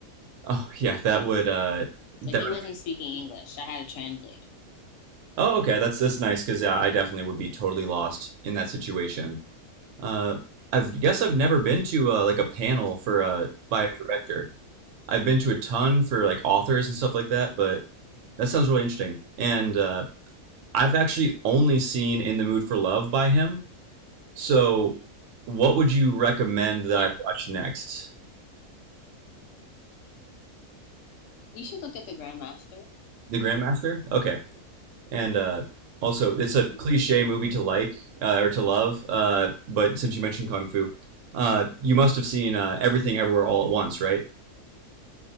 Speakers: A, on the right; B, on the left.
A: oh yeah, that would uh,
B: so
A: that
B: he wasn't
A: would,
B: speaking English. I had a translator. <laughs>
A: oh okay, that's that's nice because yeah, I definitely would be totally lost in that situation. Uh, I guess I've never been to uh, like a panel for uh by a director. I've been to a ton for like authors and stuff like that, but that sounds really interesting. And uh, I've actually only seen In the Mood for Love by him. So, what would you recommend that
B: Hmm.
A: I watch next?
B: You should look at the Grandmaster.
A: The Grandmaster? Okay. And uh, also, it's
B: hmm
A: a cliche movie to like uh, or to love, uh, but since you mentioned Kung Fu, uh, you must have seen uh, Everything Everywhere All at Once, right?